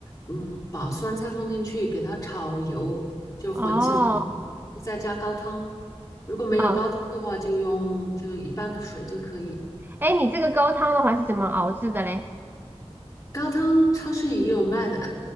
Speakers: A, on the left (about 35°); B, on the right (about 20°).
A: 嗯，把酸菜放进去，给它炒油，就混起来，
B: 哦，
A: 然后再加高汤。如果没有高汤的话，
B: 好。
A: 就用就一般的水就可以。
B: 哎，你这个高汤的话是怎么熬制的嘞？
A: 高汤超市也有卖的。